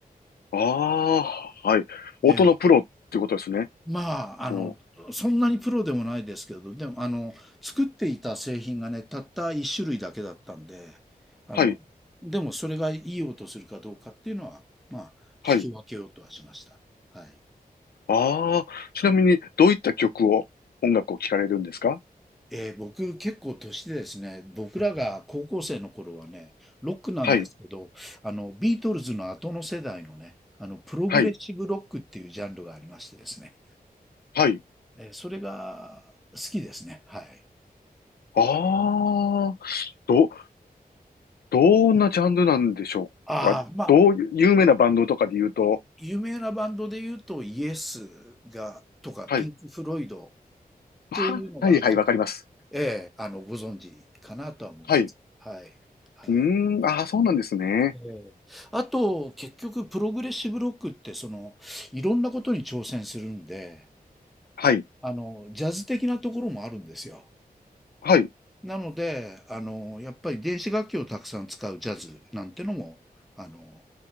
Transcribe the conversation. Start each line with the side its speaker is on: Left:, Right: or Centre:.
Left: ああ、はい。音のプロっていうことですね。
Centre: えまあ、あの、
Left: お、
Centre: そんなにプロでもないですけど、でも、あの、作っていた製品がね、たった一種類だけだったんで、あの、
Left: はい。
Centre: でもそれがいい音するかどうかっていうのは、まあ、聞き分けようとはしました。
Left: はい。
Centre: はい。
Left: ああ、ちなみにどういった曲を、音楽を聴かれるんですか
Centre: えー僕結構年でですね、僕らが高校生の頃はね、ロックなんですけど、
Left: はい、
Centre: あの、ビートルズの後の世代のね、あの、プログレッシブロックっていうジャンルがありましてですね、
Left: はい、はい。
Centre: えーそれが好きですね。はい。
Left: ああ、ど、どんなジャンルなんでしょうかどう、
Centre: ああ、まあ、
Left: 有名なバンドとかで言うと、
Centre: 有名なバンドで言うと、イエスが、とか、
Left: はい。
Centre: ピンク・フロイドっ
Left: ああ、
Centre: ていうのが、
Left: はい、はい、わかります。
Centre: ええ、あの、ご存知かなとは思います。
Left: はい。
Centre: はい。はい。
Left: うーん、ああ、そうなんですね。
Centre: ええあと、結局、プログレッシブロックって、その、いろんなことに挑戦するんで、
Left: はい、
Centre: あの、ジャズ的なところもあるんですよ。
Left: はい、
Centre: なので、あの、やっぱり電子楽器をたくさん使うジャズなんてのも、あの、